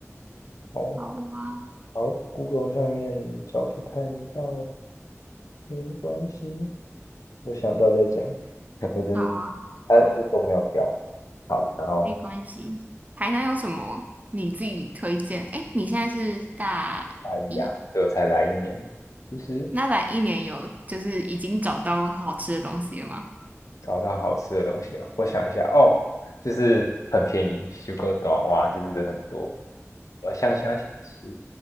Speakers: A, on the left (about 90°); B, on the right (about 30°).
A: 哦，
B: 好啊，
A: 好，Google 上面找不太到，没关系，我想到再讲。<laughs> 我真的，
B: 好啊，好，
A: 啊，Google
B: 好，
A: 没有标。好，然后
B: 没关系。台南有什么你自己推荐？哎，你现在是大一，
A: 大一啊，所以我才来一年。其实
B: 那来一年有就是已经找到好吃的东西了吗？
A: 找到好吃的东西了，我想一下哦，就是很便宜，修够短哇，就是人很多。我香香小吃，